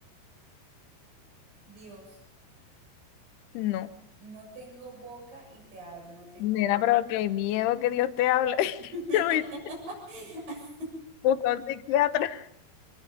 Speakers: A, on the right; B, on the left.
A: Dios,
B: No.
A: no tengo boca y te hablo, no tengo
B: Nena,
A: oído.
B: pero qué miedo que Dios te hable. <laughs>
A: <laughs>
B: Uy, busca un psiquiatra.